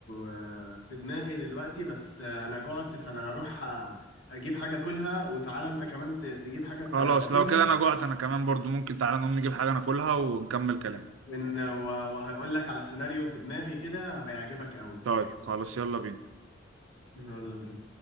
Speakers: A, on the left; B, on the right.
A: آه، في دماغي دلوقتي بس آه، انا جعت فانا هروح آه، اجيب حاجه كلها وتعالى انت كمان ت- تجيب حاجه
B: خلاص
A: تا- تاكلها
B: لو كده انا جوعت انا كمان برضو ممكن تعالى نقوم نجيب حاجة ناكلها ونكمل كلام
A: ون- و- وهقول لك على سيناريو في دماغي كده هيعجبك قوي
B: طيب خلاص يلا بينا
A: يلا بينا